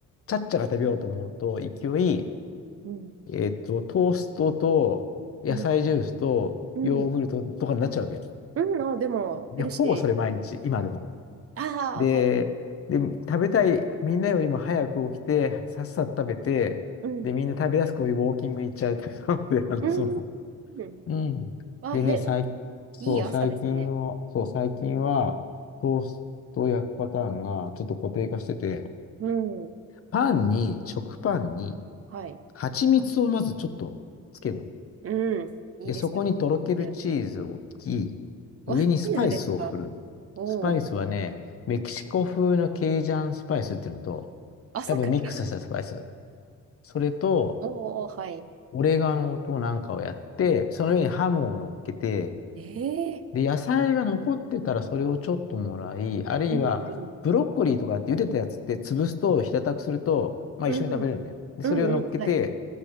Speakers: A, on the left; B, on the right.
A: ちゃっちゃか食べようと思うと、勢い、
B: うん。
A: えっと、トーストと野菜ジュースとヨーグルトとかになっちゃうわけ。
B: うんうん。うん、あ、でも、
A: で、
B: ヘルシ
A: ほぼそれ毎日、今でも。
B: ー。ああ、
A: で、
B: はい。
A: で、食べたい、みんなよりも早く起きて、さっさと食べて、
B: うん。
A: で、みんな食べ出すこういうウォーキングに行っちゃうっていうので、<laughs> あの、
B: うん。
A: その、
B: うん
A: うん。
B: あ、
A: でね、
B: へ、
A: 最、そう、
B: いい朝ですね。
A: 最近は、そう、最近は、トーストを焼くパターンがちょっと固定化してて、
B: うん。
A: パンに、食パンに、
B: はい。
A: 蜂蜜をまずちょっとつけるの。
B: うん。いいですよ。
A: で、そこにとろけるチーズを置き、
B: うわ、
A: 上にスパイスを振る。
B: チーズですか。おおー。
A: スパイスはね、メキシコ風のケイジャンスパイスっていうのと、
B: 朝から。
A: 多分ミックスしたスパイス。それと、
B: おお、はい。
A: オレガノとなんかをやって、その上にハムを乗っけて、
B: ええ
A: で、野菜が残ってたらそれをちょっともらい、あるいはブロッコリーとかって茹でたやつって潰すと平たくすると、
B: うんうん。
A: まあ一緒に食べれるのね。
B: うんうん。
A: で、
B: うんうん。
A: それを乗っけて、
B: はい。